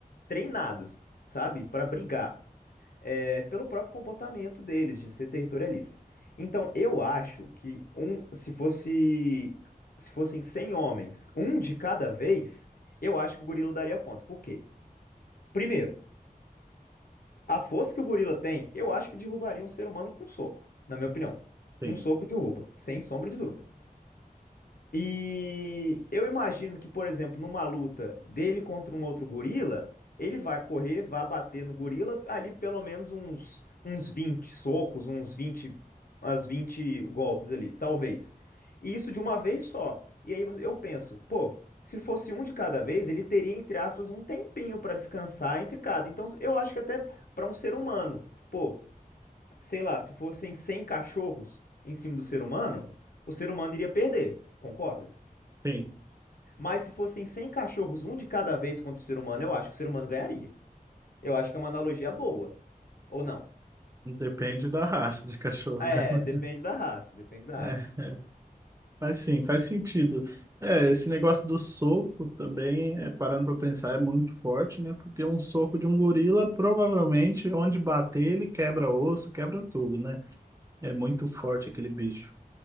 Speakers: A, on the left (about 70°); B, on the right (about 20°).
A: treinados, sabe? Para brigar é, pelo próprio comportamento deles de ser territorialista. Então, eu acho que um, se fosse, se fossem 100 homens, um de cada vez, eu acho que o gorila daria conta. Por quê? Primeiro, a força que o gorila tem, eu acho que derrubaria um ser humano com um soco, na minha opinião. Com
B: Sim,
A: um soco derruba, sem sombra de dúvida. E eu imagino que, por exemplo, numa luta dele contra um outro gorila, ele vai correr, vai bater no gorila ali pelo menos uns, uns 20 socos, uns 20 umas 20 golpes ali, talvez. E isso de uma vez só. E aí você- eu penso, pô, se fosse um de cada vez, ele teria, entre aspas, um tempinho para descansar entre cada. Então eu acho que até para um ser humano, pô, sei lá, se fossem 100 cachorros em cima do ser humano, o ser humano iria perder, concorda?
B: sim.
A: Mas se fossem 100 cachorros, um de cada vez contra o ser humano, eu acho que o ser humano ganharia. Eu acho que é uma analogia boa. Ou não?
B: Depende da raça de cachorro,
A: É,
B: né? <laughs>
A: depende da raça, depende da
B: É,
A: raça.
B: é, mas sim, faz sentido. É, esse negócio do soco também, é, parando para pensar, é muito forte, né? Porque um soco de um gorila, provavelmente, onde bater, ele quebra osso, quebra tudo, né? É muito forte aquele bicho.